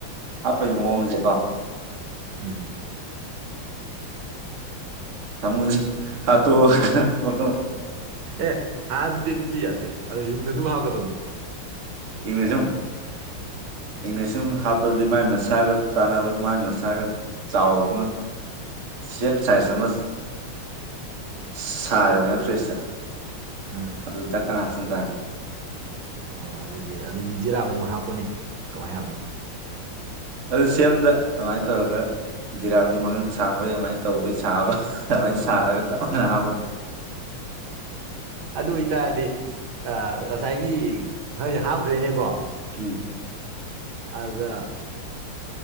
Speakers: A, on the right; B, on the right.
A: ꯑꯄ ꯃꯣꯝꯁꯤꯦꯀꯣ
B: ꯎꯝ
A: ꯁꯃꯨ ꯍꯥꯠꯇ ꯃ
B: ꯑꯦ ꯍꯥꯗꯤ ꯇꯗꯤ ꯌꯥꯗꯦ ꯑꯗꯨ ꯍ ꯅ ꯑꯗꯨ ꯍꯥꯥꯎ ꯀꯗꯧꯅꯤ
A: ꯏꯪꯅꯦꯖꯝ ꯏꯪꯅꯦꯖ <inaudible> ꯁꯨꯝ ꯍꯥꯞꯄꯗꯗꯤ ꯃꯥꯥꯏ ꯃꯁꯥꯒ ꯆꯥꯟꯅꯕ ꯃꯥꯥꯏ ꯃꯁꯥꯒ ꯆꯥꯎꯕ ꯁꯦꯝ ꯁꯥꯏꯖ ꯑꯃ ꯁꯥꯔꯦꯗꯅ ꯐ꯭ꯔꯤꯖꯁꯦ
B: ꯑꯥ
A: ꯑꯗꯨ ꯑꯗꯨ ꯗꯅ ꯍꯥꯞꯁꯗ <inaudible>
B: ꯑꯣ ꯑꯗꯨꯗꯤ ꯑꯗꯨꯗꯤ ꯖꯤꯔꯥꯞ ꯑꯃꯨꯛ ꯍꯥꯞꯄꯣꯅꯦ ꯀꯃꯥꯏꯅ ꯍꯥꯞꯅꯤ
A: ꯑꯗꯨ ꯁꯦꯌꯦꯝꯗ ꯀꯃꯥꯏꯅ ꯇꯧꯔꯒ ꯖꯤꯔꯥꯞꯀꯤ ꯃꯉꯜ ꯁꯥꯡꯕꯩ ꯑꯗꯨꯃꯥꯏꯅ ꯇꯧꯕꯩ ꯁꯥꯕ ꯑꯗꯨꯃꯥꯏꯅ ꯁꯥꯔꯒ ꯆꯞ ꯃꯥꯟꯅ ꯍꯥꯞꯄꯗ
B: ꯑꯗꯨ ꯑꯣꯏꯇꯥꯔꯗꯤ ꯉꯁꯥꯏꯒꯤ ꯅꯣꯏꯁꯦ ꯍꯥꯞꯈ꯭ꯔꯦꯅꯦꯀꯣ
A: ꯎꯝ
B: ꯑꯗ